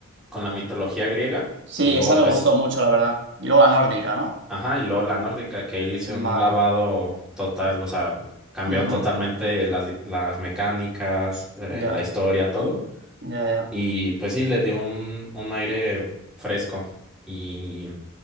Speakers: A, in the centre; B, on the right.
A: con la mitología griega
B: Sí,
A: y luego
B: esa me
A: pues...
B: gustó mucho, la verdad. Y luego la nórdica, ¿no?
A: Ajá, y luego la nórdica, que ahí le hicieron
B: Vale.
A: un lavado total, o sea, cambiaron
B: Ujú.
A: totalmente las, di- las mecánicas, eh,
B: Ya,
A: la historia, todo.
B: ya, ya.
A: Y pues sí, le dio un, un aire fresco. Y